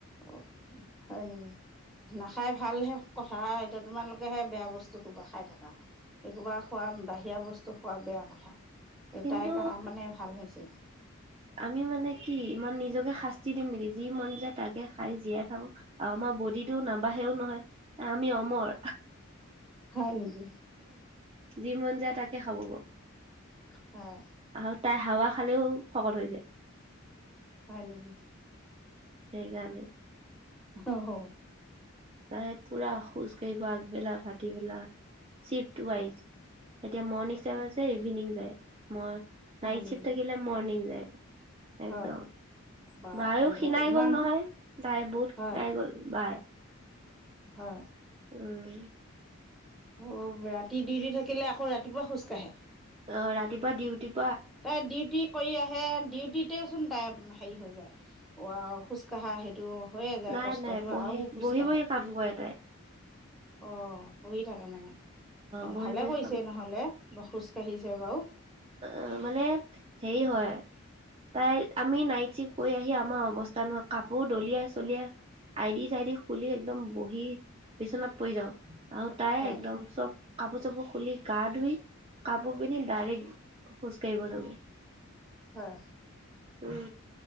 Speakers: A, in the centre; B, on the right.
A: অ' হয় নেকি, নাখাই ভালহে কথা, এতিয়া তোমালোক হে বেয়া বস্তু খোপা খাই থাকা, এইখুপা খোৱা বাহিৰা বস্তু খোৱা বেয়া কথা। এটাই
B: কিন্তু
A: কাৰ মানে ভাল হৈছে।
B: আমি মানে কি ইমান নিজকে শাস্তি দিম নেকি যি মন যায় তাকে সাৰি জীয়াই থাকো বডিটো নাবঢ়েও নহয়, আমি অমৰ।
A: হয় নেকি
B: যি মন যায় তাকে খাব ব।
A: হ।
B: আৰু তাই হাৱা খালেও শকত হৈ যায়।
A: হয়নেকি?
B: সেইকাৰানে।
A: অ' হ।
B: তাই পুৰা খোজ কাঢ়িব আগবেলা ভাটিবেলা, চিপ টোৱাই, এতিয়া মৰ্ণং ষ্টাইপ আছে ইভিনিং যাই ম
A: হয়
B: নাইট
A: নেকি
B: শ্বিফ্ট থাকিলে মৰ্ণিং যায়। একদম।
A: হয় বা
B: বায়ো
A: বাপ ৰে
B: শীণাই
A: বা ইমান
B: গল নহয়, তাই বহুত
A: হয়
B: শীণাই গল বাই।
A: হয়।
B: উম।
A: অ' ৰাতি দুউটি থাকিলে আকৌ ৰাতিপুৱা খোজকাঢ়ে।
B: অ' ৰাতিপুৱা ডিউটি
A: এ ডিউটি কৰি আহে ডিউটি টচোন তাই হেৰি হৈ যায়, খোজকাঢ়া সেইটো হৈয়ে যায়
B: নাই
A: কষ্টটো
B: নাই বহি
A: আৰু খোজ
B: বহি
A: কাঢ়ে।
B: বহি কাম কৰে তাই
A: অ' বহি থাকে মানে, অ'
B: বহি
A: ভালে
B: বহি
A: কৰিছে
B: কাম
A: নহলে বা খোজকাাঢ়িছে বাৰু।
B: অ' মানে হেৰি হয় তাই আমি নাইচিফ কৰি আহি আমাৰ অৱস্থা নোহয় কাপোৰ দলিয়াই চলিয়াই আইদি চাইদি খুলি একদম বহি বিচনাত পৰি যাওঁ। আৰু তাই
A: হয়
B: একদম চব কাপোৰ চাপোৰ খুলি গা ধুই কাপোৰ পিধি ডাইৰেক্ট খোজ কাঢ়িব যাব।
A: হয়।
B: উম,